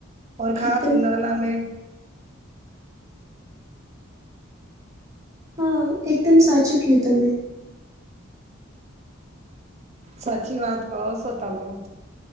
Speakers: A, on the right; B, on the right.
A: ઓર ખાસ
B: એકદમ
A: ઉનાલા મે
B: હ એકદમ સાચું કયુ તમે
A: સાચી વાત કહો સો તમે